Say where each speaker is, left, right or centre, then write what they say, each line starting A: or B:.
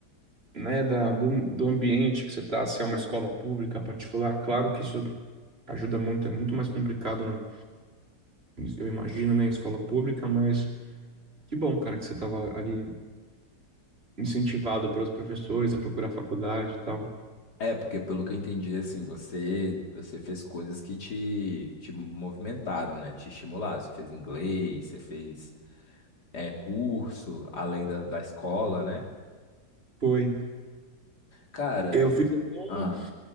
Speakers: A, on the right; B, on the left.
A: né, da, do, do ambiente que você está, se é uma escola pública, particular. Claro que isso ajuda muito, é muito mais complicado, né? Eu imagino, né, em escola pública, mas que bom, cara, que você estava ali incentivado pelos professores a procurar faculdade e tal.
B: É, porque pelo que eu entendi, assim, você você fez coisas que te, te movimentaram, né? Te estimularam. Você fez inglês, você fez é, curso, além da, da escola, né?
A: Foi.
B: Cara,
A: Eu fiz até
B: ah,
A: um-